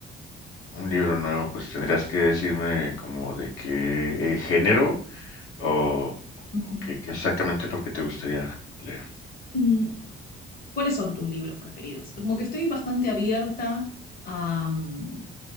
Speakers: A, on the left; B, on the left.
A: Un libro nuevo, pues tendrías que decirme como de qué eh, género o,
B: Ujú.
A: o qué, qué exactamente es lo que te gustaría leer.
B: Mm, ¿Cuáles son tus libros preferidos? Como que estoy bastante abierta a, mm,